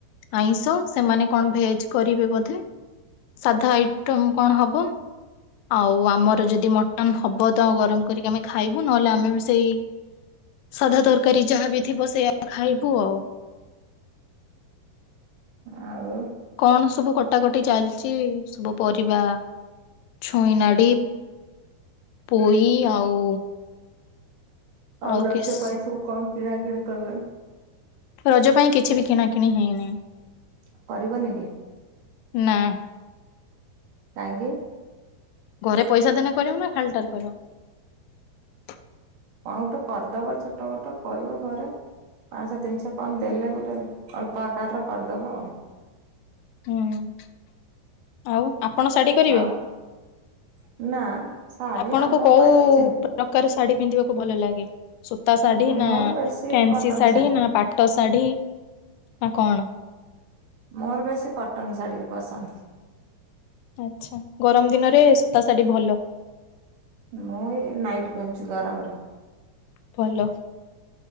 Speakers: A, on the left; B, on the right.
A: ଆଇଁଷ ସେମାନେ କଣ ଭେଜ କରିବେ ବୋଧେ ସାଧା ଆଇଟମ୍ କଣ ହବ? ଆଉ ଆମର ଯଦି ମଟନ ହବ ତ ଗରମ କରିକି ଆମେ ଖାଇବୁ ନହେଲେ ଆମେ ବି ସେଇ ସାଧା ତରକାରୀ ଯାହା ବିି ଥିବ ସେଇୟା ଖାଇବୁ ଆଉ।
B: ଆଉ
A: କଣ ସବୁ କଟାକଟି ଚାଲିଛି ସବୁ ପରିବା? ଛୁଇଁ ନାଡି, ପୋଇ ଆଉ
B: <inaudible>
A: ଆଉ କିସ <inaudible>
B: <inaudible>
A: <inaudible>
B: <inaudible>
A: <inaudible>
B: <inaudible> <inaudible>
A: <inaudible>
B: ଆଉ <inaudible>
A: <inaudible>
B: ଆମ ପାଇଁ କିଛି ନାହିଁ
A: <inaudible>
B: ମୋର ବେଶୀ କଟନ ଶାଢୀ <inaudible>
A: <inaudible>
B: <inaudible>
A: <inaudible>